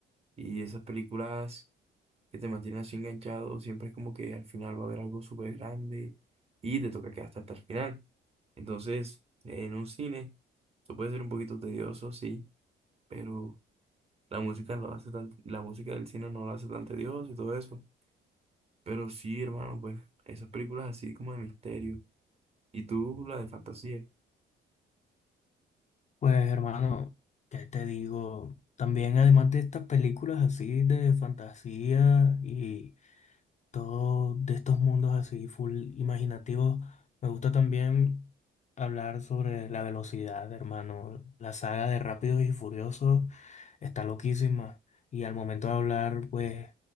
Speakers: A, on the right; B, on the left.
A: y esas películas que te mantienen así enganchado, siempre es como que al final va a haber algo súper grande y te toca quedarte hasta el final. Entonces, en un cine, eso puede ser un poquito tedioso, sí, pero... La música lo hace tan, la música del cine no lo hace tan tedioso y todo eso. Pero sí, hermano, pues esas películas así como de misterio. Y tú, la de fantasía.
B: Pues, hermano, ¿qué te digo? También, además de estas películas así de fantasía y todo de estos mundos así full imaginativos. Me gusta también hablar sobre la velocidad, hermano. La saga de Rápidos y Furiosos está loquísima. Y al momento de hablar, pues,